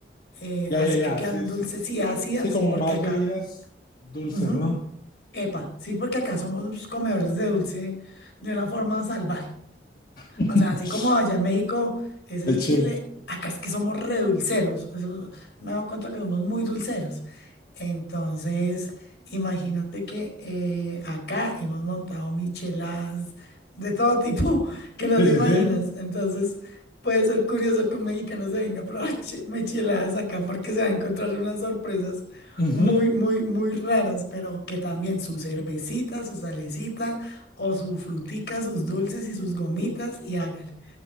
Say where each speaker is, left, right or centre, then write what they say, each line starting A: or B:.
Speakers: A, on the left (about 75°); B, on the left (about 50°).
A: eh,
B: ya,
A: así
B: ya, ya,
A: que quedan
B: sí,
A: dulces
B: sí,
A: y ácidas,
B: sí, como
A: porque
B: más
A: acá,
B: bebidas dulces,
A: ujú,
B: ¿no?
A: Epa, sí, porque acá somos comedores de dulce de una forma salvaje.
B: <laughs>
A: O sea, así como allá en México es el
B: De chile.
A: chile, acá es que somos redulceros. Eso- me he dado cuenta que somos muy dulceros. Entonces, imagínate que eh, acá hemos montado micheladas de todo tipo <laughs> que no
B: Sí,
A: te
B: sí,
A: imaginas.
B: sí.
A: Entonces, puede ser curioso que un mexicano se venga a probar che- micheladas acá porque se va a encontrar unas sorpresas
B: Ujú.
A: muy, muy, muy raras, pero que también su cervecita, su salecita o su frutica, sus dulces y sus gomitas y hágale.